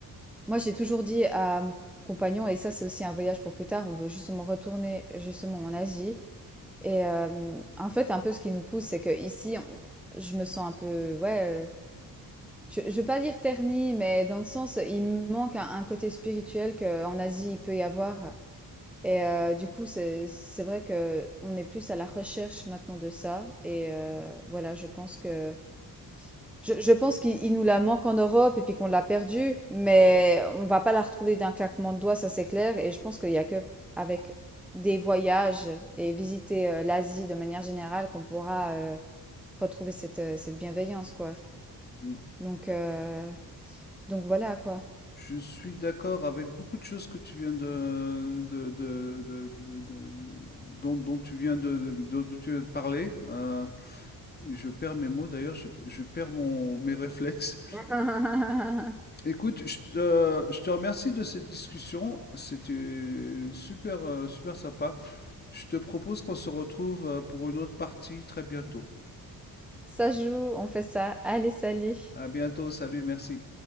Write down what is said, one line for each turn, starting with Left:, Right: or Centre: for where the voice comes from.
Centre: moi, j'ai toujours dit à mon compagnon et ça, c'est aussi un voyage pour plus tard, on veut justement retourner, justement, en Asie et hem, en fait, un peu ce qui nous pousse, c'est qu'ici, on je me sens un peu, ouais, heu, je je veux pas dire ternie, mais dans le sens, il me manque un un côté spirituel qu'en Asie, il peut y avoir. Et euh, du coup, c'est c'est vrai que on est plus à la recherche maintenant de ça. Et euh, voilà, je pense que je, je pense qu'il il nous la manque en Europe et puis qu'on l'a perdue, mais on va pas la retrouver d'un claquement de doigts, ça c'est clair. Et je pense qu'il y a que avec des voyages et visiter euh, l'Asie de manière générale qu'on pourra euh, retrouver cette euh, cette bienveillance, quoi.
Left: Mm.
Centre: Donc euh, donc voilà quoi.
Left: Je suis d'accord avec beaucoup de choses que tu viens de, de- de- de- de- de- de- dont, dont tu viens de, de- dont tu viens de parler. Euh, je perds mes mots d'ailleurs, je, je perds mon, mes réflexes.
Centre: <laughs>
Left: Écoute, je te, je te remercie de cette discussion. C'était super, euh, super sympa. Je te propose qu'on se retrouve euh, pour une autre partie très bientôt.
Centre: Ça joue, on fait ça. Allez, salut.
Left: À bientôt. Salut, merci.